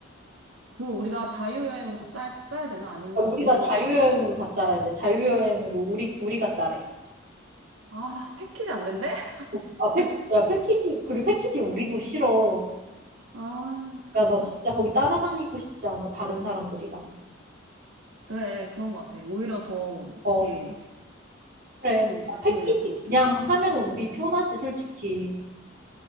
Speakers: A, on the right; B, on the right.
A: 그 우리가 자유여행으로 다 짜야, 짜야 되나? 아니면
B: 아, 우리가
A: 그
B: 자유여행으로
A: 팩,
B: 다 짜야 돼. 자유여행으로 우리, 우리가 짜래.
A: 아, 패키지 안 된대? <laughs> 아,
B: 어,
A: 진짜.
B: 아, 패,
A: 씨.
B: 야, 패키지, 그리고 패키지 우리도 싫어.
A: 아, 그런가?
B: 야, 나 진짜 거기 따라다니고 싶지 않아, 다른 사람들이랑.
A: 그래, 그런 것 같아. 오히려 더
B: 어,
A: 이게
B: 그래.
A: 조금
B: 패키지
A: 그, 또 그,
B: 그냥 하면 우리 편하지, 솔직히.